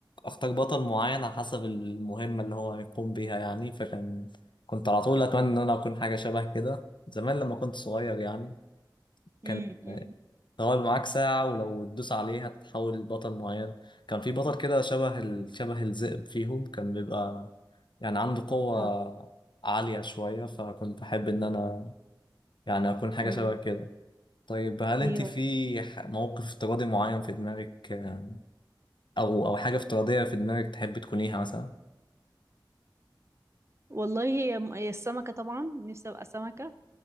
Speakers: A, on the left; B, on the right.
A: أختار بطل معين على حسب المهمة اللي هو هيقوم بيها يعني فكان كنت على طول أتمنى إن أنا أكون حاجة شبه كده زمان لما كنت صغير يعني كان
B: امم
A: هو يبقى معاك ساعة ولو تدوس عليه هتتحول لبطل معين كان في بطل كده شبه ال... شبه الذئب فيهم كان بيبقى يعني عنده قوة
B: اه
A: عالية شوية فكنت بحب إن أنا يعني أكون حاجة
B: امم
A: شبه كده طيب هل
B: ايوه
A: أنت في ح- موقف افتراضي معين في دماغك آه، أو أو حاجة افتراضية في دماغك تحب تكونيها مثلا؟
B: والله هي هي السمكة طبعا نفسي ابقى سمكة